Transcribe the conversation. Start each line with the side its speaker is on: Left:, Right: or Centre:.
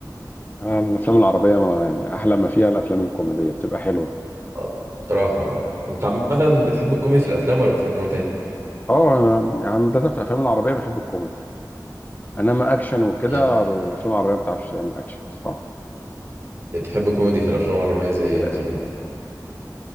Left: آه، الافلام العربيه ما يعني احلى ما فيها الافلام الكوميديه بتبقى حلوه
Right: آه، بصراحة انت عامة بتحب الكوميدي في الافلام ولا بتحب نوع تاني
Left: اه أنا- يعني عاده في الافلام العربيه بحب الكوميدي انما اكشن وكده
Right: يعني
Left: الافلام العربيه ما بتعرفش تعمل اكشن بصراحه
Right: بتحب كوميدي في الافلام العربيه زي
Left: ال-
Right: ايه مثلا
Left: ال-